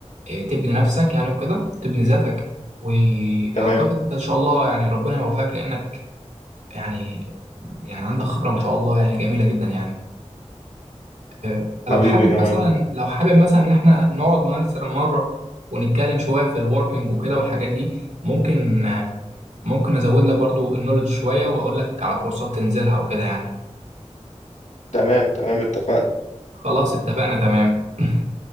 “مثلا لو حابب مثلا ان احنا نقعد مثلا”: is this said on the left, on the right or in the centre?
Right